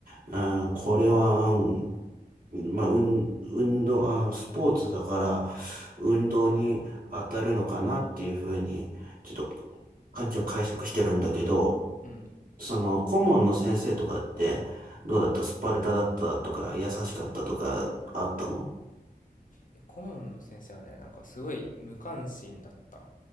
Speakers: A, on the right; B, on the left.
A: うん、これは、うんまあ、運、運動、あ、スポーツだから、運動に当たるのかなっていうふうに、ちょっと、感じを解釈してるんだけど、
B: うん
A: その、顧問の先生とかって、どうだったスパルタだったとか、優しかったとか、あったの
B: いや顧問の先生はねなんかすごい無関心だった